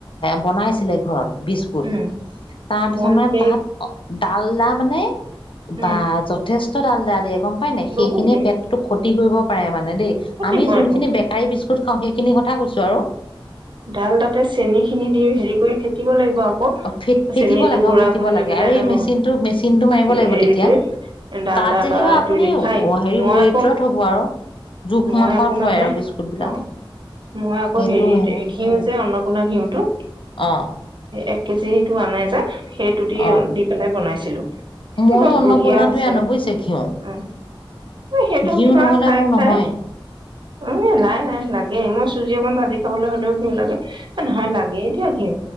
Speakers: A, on the left; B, on the right.
A: বনাইছিলে ঘৰত বিস্কুট
B: উম
A: তাৰপিছত
B: মই
A: মানে
B: সেই
A: তাত ডালদা মানে
B: উম
A: বা যথেষ্ট ডালদা দিয়ে গম পায় নাই সেইখিনিয়ে
B: বহুত দিয়ে
A: পেট খতি কৰিব পাৰে মানে দেই
B: ক্ষতি
A: আমি
B: কৰেতো
A: যোনখিনি বেকাৰী বিস্কুট খাওঁ সেইখিনি কথা কৈছো আৰু
B: ডালডাতে চেনি খিনি দি হেৰি কৰি ফেটিব লাগিব আক
A: ফে ফেটিব
B: চেনীটো
A: লাগে
B: গুড়া
A: অ ফেটিব
B: কৰি লৈ
A: লাগে
B: পেলাই
A: আৰু এই
B: অ
A: মেচিনটো মেচিনটো মাৰিব লাগিব
B: হেৰিটো
A: তেতিয়া
B: ডালডা
A: তাত যেনিবা
B: বা এইটো
A: আপুনি
B: ৰিফাইন
A: হেৰি
B: মই
A: ৱেটত
B: আকৌ
A: হ'ব আৰু জোখ
B: মই
A: মাখত
B: আকৌ
A: হয়
B: মানে
A: আৰু বিস্কুট বিলাক
B: অ মই আকৌ
A: সেইটো
B: হেৰিত
A: হয়
B: ঘিউ যে অন্নপূৰ্ণা ঘিউটো
A: অঁ
B: এক কেজিটো আনে যে সেইটো দি
A: অ
B: দি পেলাই বনাইছিলো।
A: ময়ো
B: বৰ
A: অন্নপূৰ্ণাটোৱে
B: বঢ়িয়া হৈছে
A: আনো বুজিছে ঘিউ
B: উম সেইটো
A: ঘিউ
B: কিবা
A: নহ'লে
B: খাই
A: মোৰ নহয়
B: খাই। অ নাই নাই লাগে মই চুজি অকণ ভাজি খাবলৈ হলেও ঘিউ লাগে এ নহয় লাগে দিয়া ঘিউ